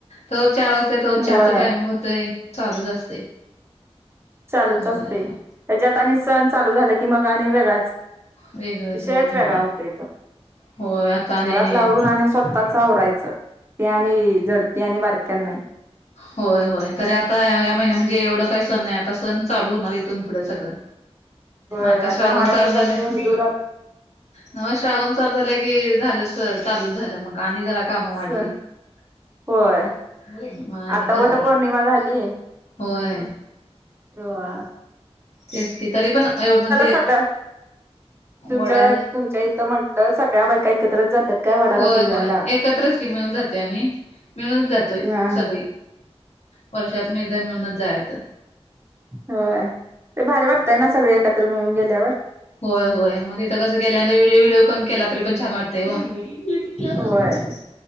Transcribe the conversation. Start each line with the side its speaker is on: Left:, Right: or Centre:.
Left: तवर चार वाजता तवर चहाचं
Right: वय
Left: टायमिंग हो ते चालूच असतंय.
Right: चालूच
Left: होय
Right: असतंय.
Left: होय
Right: त्याच्यात आणि सण चालू झाला की मग आणि वेगळाच
Left: वेगळंच
Right: विषयच
Left: होय
Right: वेगळा
Left: होय
Right: होतो इथं.
Left: होय आता आणि
Right: घरातलं आवरून आणि स्वतःचं आवरायचं. ते आणि जड, ते आणि बारक्यांना नाय.
Left: होय होय, तरी आता ह्या महिन्या म्हणजे एवढं काही सण नाही. आता सण चालू होणार इथून पुढं सगळं.
Right: होय
Left: आता श्रावण
Right: महाराष्ट्राचा
Left: चालू झालंय.
Right: बेंदूर
Left: न मग श्रावण चालू झालं की झालं, चालूच झालं मग आणि जरा कामं वाढली.
Right: सण होय,
Left: मग आणि
Right: आता
Left: करा
Right: वट पौर्णिमा झाली.
Left: होय
Right: हो...
Left: तेच की, तरी पण अं म्हणजे
Right: सगळ्या तुमच्या
Left: वडाला
Right: तुमच्या इथं म्हटलं, सगळ्या बायका एकत्रच जातात काय वडाला
Left: होय
Right: पुजायला.
Left: होय एकत्रच की मिळून जातात ते आम्ही, मिळूनच जातोय
Right: हा
Left: सगळी.
Right: हा
Left: वर्षातून एकदा मिळूनच जायाचं.
Right: व्हय, ते भारी वाटतंय ना, सगळे एकत्र मिळून गेल्यावर?
Left: होय होय, मग तिथं कसं गेल्यावर व्हडिओ कॉल केला तरी पण छान वाटतं. ते वो, केला
Right: होय
Left: व्हय,